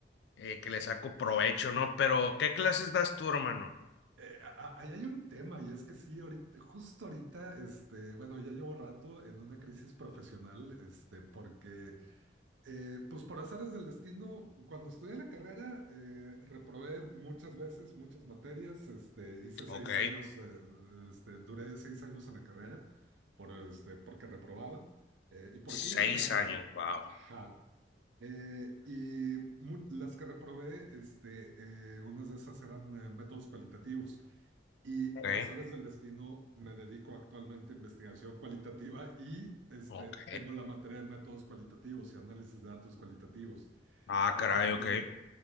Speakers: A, on the left (about 65°); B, on the right (about 85°).
A: eh, que le saco provecho, ¿no? Pero, ¿qué clases das tú, hermano?
B: Eh, a- a- ahí hay un tema, y es que sí, ahorita- justo ahorita, este, bueno, ya llevo rato en una crisis profesional, este, porque Eh, pues por azares del destino, cuando estudié la carrera, eh, reprobé muchas veces, muchas materias, este, hice
A: Ok,
B: seis años, eh, este, duré seis años en la carrera por, este, porque reprobaba eh, y porque
A: seis
B: iba tranqui.
A: años, wow,
B: Ajá. Eh, y mu- las que reprobé, este, eh, unas de esas eran eh, métodos cualitativos. Y
A: ok,
B: por azares del destino me dedico actualmente a investigación cualitativa y este,
A: ok,
B: tengo la materia de métodos cualitativos y análisis de datos cualitativos.
A: ah,
B: Este,
A: caray, ok,